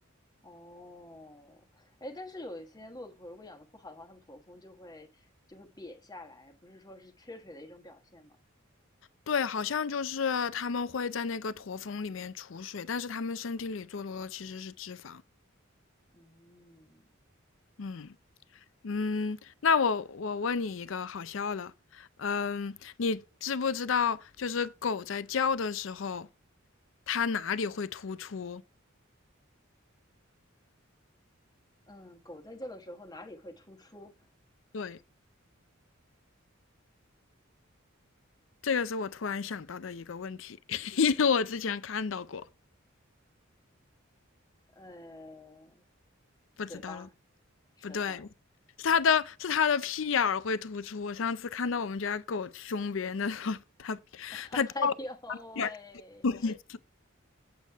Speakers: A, on the left; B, on the left.
A: 哦，哎，但是有一些骆驼，如果养的不好的话，它们驼峰就会就会瘪下来，不是说是缺水的一种表现吗？
B: 对，好像就是他们会在那个驼峰里面储水，但是他们身体里最多的其实是脂肪。
A: 嗯
B: 嗯嗯，那我我问你一个好笑的，嗯，你知不知道就是狗在叫的时候，它哪里会突出？
A: 嗯，狗在叫的时候哪里会突出？
B: 对，这个是我突然想到的一个问题，<laughs> 因为我之前看到过，
A: 呃，
B: 不知道了，
A: 嘴巴、舌头。
B: 不对，是他的，是他的屁眼儿会突出。我上次看到我们家狗凶别人的时候，他
A: <laughs> 哎呦喂，
B: 他掉了一点儿东西